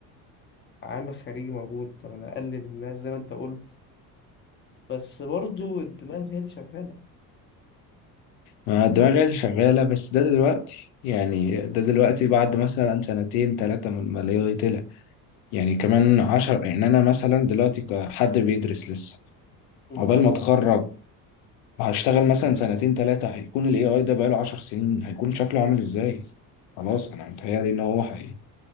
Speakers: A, on the left; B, on the left.
A: عامل خارجي موجود طب انا اقلل الناس زي ما انت قلت بس برضو الدماغ هي اللي شغالة
B: ما الدماغ هي اللي شغالة بس ده دلوقتي يعني ده دلوقتي بعد مثلا سنتين تلاتة من الماليه طلع يعني كمان عشر يعني أنا مثلا دلوقتي كحد بيدرس لسه
A: مم.
B: عقبال ما أتخرج وهشتغل مثلا سنتين تلاتة هيكون ال AI ده بقاله عشر سنين هيكون شكله عامل إزاي؟ خلاص أنا متهيألي إن هو حقيقي